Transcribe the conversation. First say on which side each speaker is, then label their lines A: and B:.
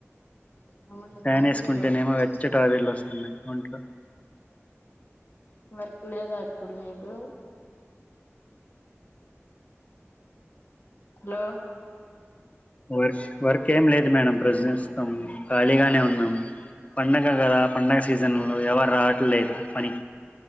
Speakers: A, on the left; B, on the left.
A: చెమట
B: ఫ్యాన్
A: చెమటలు
B: వేసుకుంటేనేమో
A: పడుతున్నాయి
B: వెచ్చటి ఆవిరులు వస్త హ్మ్మ్ ఇంట్లో
A: వర్క్ లేదా ఇప్పుడు మీకు హలో
B: వర్క్ వర్క్ ఏం లేదు మేడం ప్రజెంట్ ఖాళీగానే ఉన్నాం పండగ కదా పండగ సీజన్ ఎవ రా లేదు పని